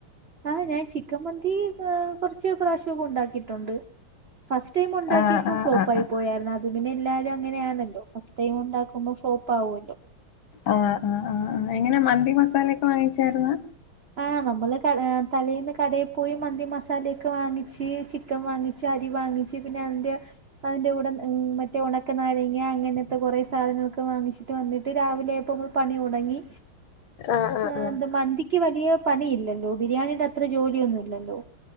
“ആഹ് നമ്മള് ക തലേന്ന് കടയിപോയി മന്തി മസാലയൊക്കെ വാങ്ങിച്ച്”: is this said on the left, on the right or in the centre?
Right